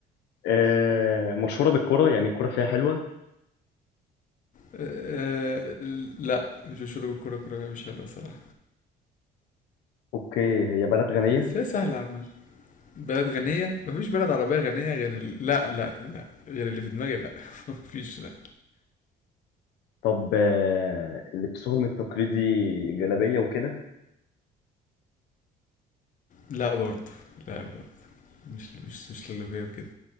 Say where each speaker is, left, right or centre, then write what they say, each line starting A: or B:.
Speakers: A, on the left; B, on the left.
A: آه، مشهورة بالكرة يعني الكرة فيها حلوة
B: آه، لا مش مشهورة بالكرة كرة مش حلوة صراحة
A: أوكي هي بلد غنية
B: بس هي سهلة عامة بلد غنية مفيش بلد عربية غنية غير ال... لا لا لا غير اللي في دماغي لا <laughs> مفيش لا
A: طب آه، لبسهم التقليدي جلابية وكده
B: لا برضه لا برضه مش مش مش للبية وكده